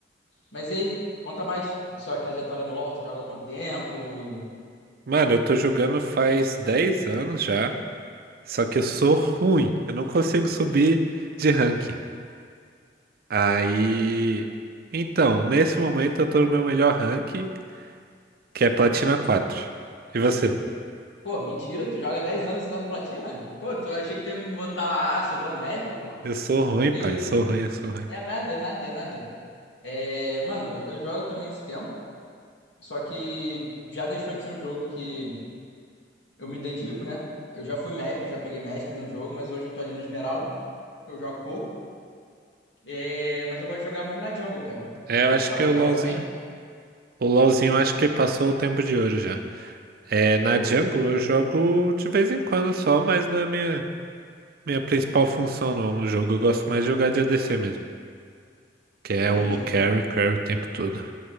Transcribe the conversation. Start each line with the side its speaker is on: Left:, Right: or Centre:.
Left: Mas e aí? Conta mais. Sua trajetória no LoL, tu joga há quanto tempo?
Right: Mano, eu tô jogando faz 10 anos já, só que eu sou ruim, eu não consigo subir de ranking. Aí. Então, nesse momento eu tô no meu melhor ranking, que é Platina quatro. E você?
Left: Pô, mentira, tu joga há 10 anos e tá no Platina? Pô, tu achei que tu ia me botar lá, ah, sou grão-mestre, pô.
Right: Eu sou ruim,
Left: Que
Right: pai, eu sou
Left: isso?
Right: ruim, eu sou ruim.
Left: É nada, é nada, é nada. É, mano, eu jogo também esse tempo. Só que já deixou de ser um jogo que eu me dedico, né? Eu já fui mestre, já peguei mestre no jogo, mas hoje eu tô ali no Esmeralda, que eu jogo pouco. É, mas eu gosto de jogar muito na jungle, cara.
Right: É,
Left: Tu,
Right: eu acho
Left: tu joga
Right: que o
Left: jungle
Right: LoLzinho.
Left: também?
Right: O LoLzinho eu acho que passou o tempo de ouro já. É, na jungle eu jogo de vez em quando só, mas não é minha, minha principal função não no jogo. Eu gosto mais de jogar de ADC mesmo, que é
Left: Entendi.
Right: o carry, carry o tempo todo.